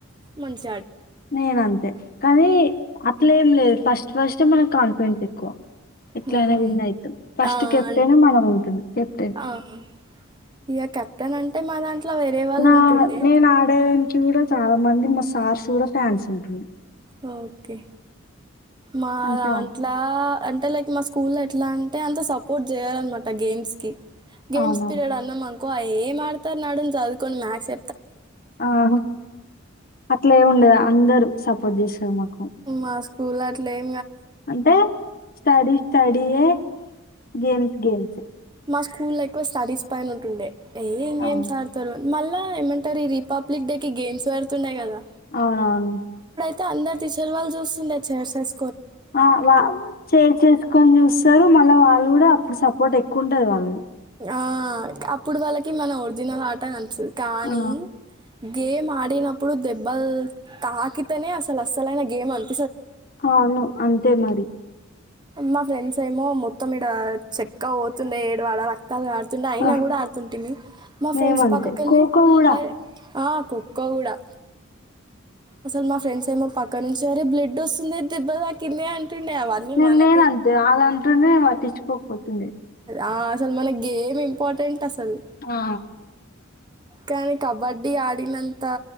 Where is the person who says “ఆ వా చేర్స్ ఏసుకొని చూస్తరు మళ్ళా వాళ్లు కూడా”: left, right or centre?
Left